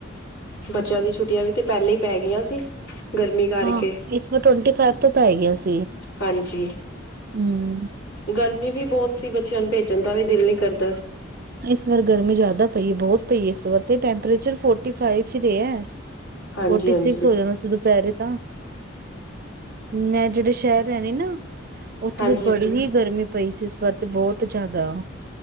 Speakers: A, on the left; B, on the right.
A: ਬੱਚਿਆਂ ਦੀ ਛੁ ਟੀਆਂ ਵੀ ਤੇ ਪਹਿਲਾਂ ਹੀ ਪੈ ਗਈਆਂ ਸੀ ਗਰਮੀ ਕਰਕੇ
B: ਹਾਂ ਇਸ ਵਾਰ ਟਵੰਟੀ ਫਾਈਵ ਤੋਂ ਪੈ ਗਿਆ ਸੀ
A: ਹਾਂਜੀ
B: ਹਮ
A: ਗਰ ਮੀ ਵੀ ਬਹੁਤ ਸੀ ਬੱਚਿਆਂ ਨੂੰ ਭੇਜਣ ਦਾ ਵੀ ਦਿਲ ਨ ਕਰਦੀ
B: ਇਸ ਵਾਰ ਗਰਮੀ ਜ਼ਿਆਦਾ ਪਈ ਹੈ ਬਹੁਤ ਤੇ ਇਸ ਵਾਰ ਤੇ ਟੈਂਪਰੇਚਰ ਫੋਰਟੀ ਫਾਈਵ ਹੀ ਰਿਹਾ ਹੈ।
A: ਹਾਂਜੀ
B: ਫੋਟੀ
A: ਹਾਂਜੀ
B: ਸਿਕਸ ਹੋ ਜਾਂਦਾ ਸੀ ਦੁਪਹਿਰੇ ਤਾਂ। ਮੈਂ ਜਿਹੜੇ ਸ਼ਹਿਰ ਰਹਿ ਰਹੀ ਹਾਂ ਨਾ। ਉੱਥੇ
A: ਹਾਂਜੀ
B: ਤੇ ਬੜੀ
A: ਹਾਂਜੀ
B: ਹੀ ਗਰਮੀ ਪਈ ਸੀ। ਇੱਥੇ ਬਹੁਤ ਜ਼ਿਆਦਾ।